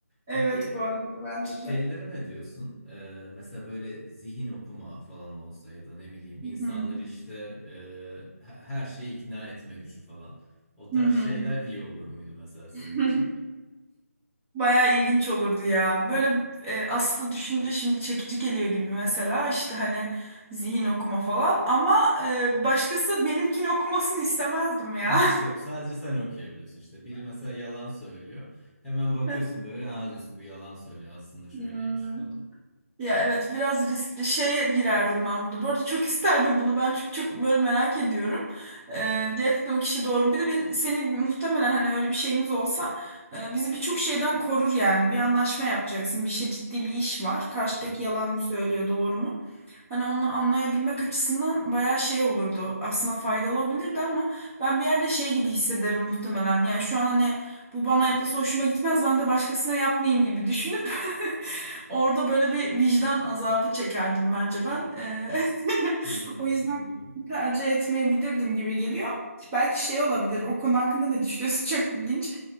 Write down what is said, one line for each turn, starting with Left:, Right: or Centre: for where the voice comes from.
Right: evet
Centre: Peki
Right: bu arada bence
Centre: şeylere
Right: de.
Centre: ne diyorsun? Ee, mesela böyle zihin okuma falan olsa ya da ne bileyim
Right: Hı
Centre: insanları
Right: hı.
Centre: işte e, he- her şeye ikna etme gücü falan. O tarz
Right: Hı hı.
Centre: şeyler iyi olur muydu mesela
Right: <laughs>
Centre: senin için?
Right: Bayağı ilginç olurdu ya. Böyle e, aslında düşününce şimdi çekici geliyor gibi mesela işte hani zihin okuma falan ama e, başkası benimkini okumasını istemezdim
Centre: <laughs>
Right: ya.
Centre: Yok sadece sen okuyabiliyorsun işte. Biri mesela yalan söylüyor. Hemen bakıyorsun
Right: <laughs>
Centre: böyle aa diyorsun bu yalan söylüyor aslında şöyleymiş
Right: Ya.
Centre: falan.
Right: Ya evet biraz riskli şeye girerdim ben burada. Bu arada çok isterdim bunu ben çünkü çok böyle merak ediyorum. Ee, gerçekten o kişi doğru mu? Bir de ben, seni muhtemelen hani öyle bir şeyimiz olsa e, bizi birçok şeyden korur yani. Bir anlaşma yapacaksın. Bir şey ciddi bir iş var. Karşıdaki
Centre: Hı hı.
Right: yalan mı söylüyor doğru mu? Hani onu anlayabilmek açısından bayağı şey olurdu. Aslında faydalı olabilirdi ama ben bir yerde şey gibi hissederim muhtemelen. Yani şu an hani bu bana yapılsa hoşuma gitmez ben de başkasına yapmayayım gibi düşünüp <laughs> Orada böyle bir vicdan azabı çekerdim bence ben. Eee, <laughs>
Centre: Hı,
Right: o yüzden
Centre: anladım.
Right: tercih etmeyebilirdim gibi geliyor. Belki şey olabilir. O konu hakkında ne düşünüyorsun? <laughs> Çok ilginç.